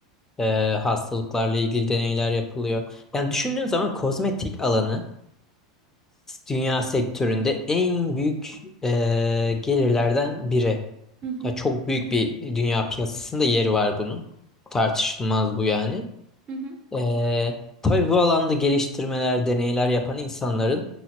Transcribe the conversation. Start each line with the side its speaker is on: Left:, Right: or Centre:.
Left: eee, hastalıklarla ilgili deneyler yapılıyor. Yani düşündüğün zaman kozmetik alanı dünya sektöründe en büyük e, gelirlerden biri.
Right: Hı hı,
Left: Ya çok büyük bir dünya piyasasında yeri var bunun. Tartışılmaz bu yani.
Right: hı hı.
Left: E, tabii bu alanda geliştirmeler, deneyler yapan insanların